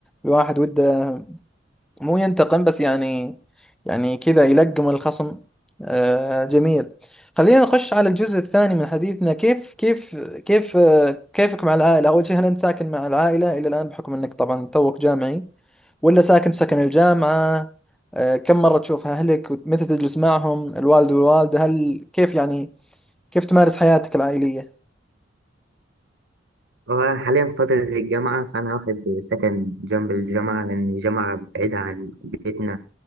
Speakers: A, in the centre; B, on the right.
A: الواحد وده مو ينتقم بس يعني يعني كذا يلقم الخصم آه جميل خلينا نخش على الجزء الثاني من حديثنا كيف كيف كيف آه كيفك مع العائلة أول شيء هل أنت ساكن مع العائلة إلى الآن بحكم أنك طبعا توك جامعي ولا ساكن بسكن الجامعة آه كم مرة تشوف أهلك ومتى تجلس معهم الوالد والوالدة هل كيف يعني كيف تمارس حياتك العائلية
B: هو أنا حاليا في فترة الجامعة فأنا واخد سكن جنب الجامعة لأن الجامعة بعيدة عن بيتنا